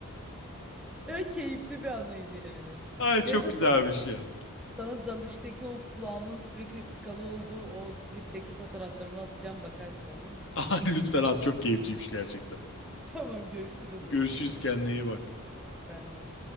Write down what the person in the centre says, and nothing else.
<laughs> Öyle keyifli bir anıydı yani.
Neyse
sonra
sana dalıştaki o kulağımın sürekli tıkalı olduğu o tripteki fotoğraflarımı atacağım bakarsan olur mu?
<laughs> Tamam görüşürüz
o zaman.
Sen de.